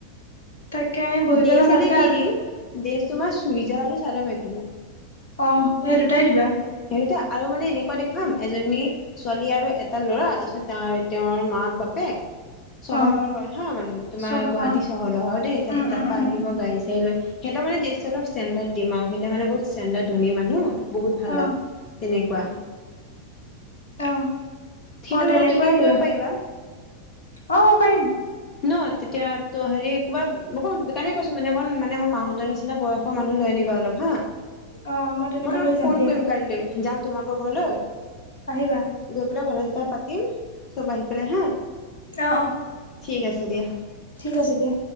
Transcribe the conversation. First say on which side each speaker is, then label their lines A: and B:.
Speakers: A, on the left; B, on the left.
A: তাকে আমি বহি
B: ড্ৰেছ
A: পেলাই ভালকে
B: এনে কি
A: হল।
B: দিম ড্ৰেছ তোমাৰ চুইজা আৰু চাদৰ মেখেলা।
A: অ' সেই দুটাই দিবা।
B: সেইদুটা আৰু মানে এনেকুৱা দেখুৱাম এজনী। ছোৱালী আৰু এটা ল'ৰা তাৰপিছত তেওঁৰ মাক বাপেক। চহৰৰ
A: অ
B: হয় হা, মানে তোমাৰ
A: চব
B: গুৱাহাটী
A: অ
B: চহৰৰ আৰু দেই তাৰপিছত
A: উম
B: তাৰ
A: উম
B: পৰা
A: উম
B: আহিব গাড়ী চাডী লৈ। সিহঁতৰানেষ্ট অলপ দিম আৰু সিহঁতোনে বহু ষ্টেডাৰ্ ধন মানুহ বহুত ভাল
A: অ
B: আৰু। তেনেকুৱা।
A: অ
B: সেইটো
A: অ তেনেকুৱাই
B: লৈ তুমি
A: দিবা
B: কৰিব পাৰিবা।
A: অ পাৰিম
B: ন, তেতিয়া ত হেৰি কোবা সেইকাৰণে কৈছো মানে অকণ মানে মোৰ মাহহঁতৰ নিচি। নিচিনা বয়সৰ মানুহ লৈ আনিবা অলপ হা।
A: অ তেনেকুৱা
B: মই তোমাক
A: লৈ যাম
B: ফোন
A: দিয়া
B: কৰিম কাইলৈ, যাম তোমাকৰ ঘৰলৈ।
A: আহিবা।
B: গৈ পেলাই কথা চটা পাতিম চব আহি পেলাই হা,
A: অ অ
B: ঠিক আছে দিয়া।
A: ঠিক আছে দিয়া।